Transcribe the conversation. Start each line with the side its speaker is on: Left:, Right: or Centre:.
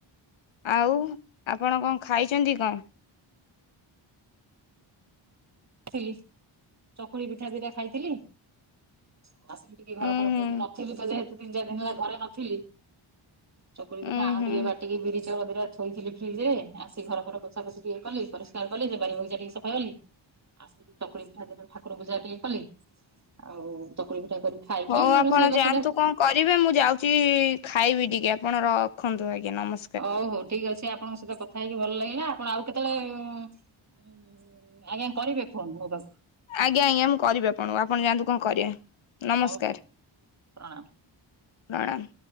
Left: ଆଉ ଆପଣ କଣ ଖାଇଛନ୍ତି କଣ?
Right: ଥିଲି ଚକୁଳି ପିଠା ଦିଟା ଖାଇଥିଲି। ଆଉ ଆସିକି ଟିକେ ଘର
Left: ଉୁଁ
Right: ଫର
Left: ହୁଁ
Right: ନଥିଲି ତ ଯେହେତୁ ତିନି ଚାରି ଦିନ ହେଲା ଘରେ ନଥିଲି ଚକୁଳି ପିଠା
Left: ଉୁଁ
Right: ଆଣ
Left: ହୁଁ
Right: ଟିକେ ବାଟିକି ବିରି ଚାଉଳ ଦିଟା ଥୋଇଥିଲି ଫ୍ରିଜ ରେ ଆସି ଘର ଫର ପୋଛା ପୋଛି ଟିକିଏ କାଲି ଲି ସୋ ବାରି ବଗିଚା ଟିକିଏ ସଫା କଲି। ଆସିକି ଚକୁଳି ପିଠା ଦିଟା ଠାକୁର ପୂଜା ଟିକେ କଲି ଆଉ ଚକୁଳି ପିଠା କରି ଖାଇକି
Left: ହଉ ଆପଣ
Right: ରୋଷେଇବାସରେ
Left: ଯାଆନ୍ତୁ କଣ କରିବେ ମୁଁ ଯାଉଛି ଖାଇବି ଟିକେ ଆପଣ ରଖନ୍ତୁ ଆଜ୍ଞା ନମସ୍କା
Right: ହଉ ହଉ ଠିକ ଅଛି ଆପଣଙ୍କ ସହିତ କଥା ହେଇକି ଭଲ ଲାଗିଲା ଆପଣ ଆଉ କେତେବେଳେ ଆଜ୍ଞା କରିବେ ଫୋନ୍ ମୋ ପାଖକୁ।
Left: ଆଜ୍ଞା ଆଜ୍ଞା ମୁଁ କରିବି ଆପଣଙ୍କୁ ଆପଣ ଯାଆନ୍ତୁ କଣ କରିବେ ନମସ୍କାର।
Right: ହଉ ହଉ ପ୍ରଣାମ।
Left: ପ୍ରଣାମ।